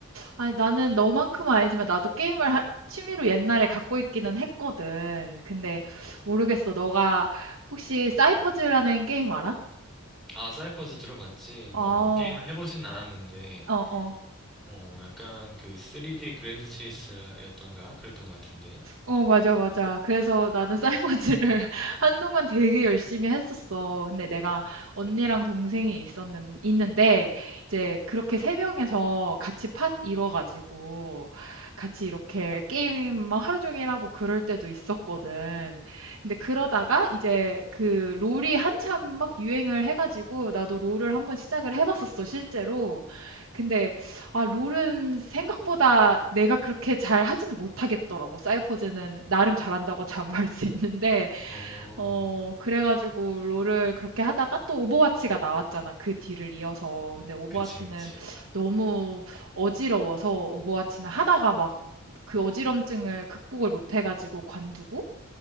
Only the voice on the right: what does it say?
아니, 나는 너만큼은 아니지만, 나도 게임을 하- 취미로 옛날에 갖고 있기는 했거든. 근데, 모르겠어. 너가 혹시 사이퍼즈라는 게임 알아?
아,
어, 어.
어, 맞아, 맞아. 그래서 나는 사이버즈를 <laughs> 한동안 되게 열심히 했었어. 근데 내가 언니랑 동생이 있었는, 있는데, 이제 그렇게 세 명에서 같이 팟 이뤄가지고, 같이 이렇게 게임 막 하루 종일 하고 그럴 때도 있었거든. 근데 그러다가 이제 그 롤이 한참 막 유행을 해가지고, 나도 롤을 한번 시작을 해봤었어, 실제로. 근데 아, 롤은 생각보다 내가 그렇게 잘 하지는 못하겠더라고. 사이퍼즈는 나름 잘한다고 <laughs> 자부할 수 있는데,
어, 그래가지고 롤을 그렇게 하다가 또 오버워치가 나왔잖아. 그 뒤를 이어서. 근데 오버워치는
너무 어지러워서 오버워치는 하다가 막 그 어지럼증을 극복을 못해가지고 관두고,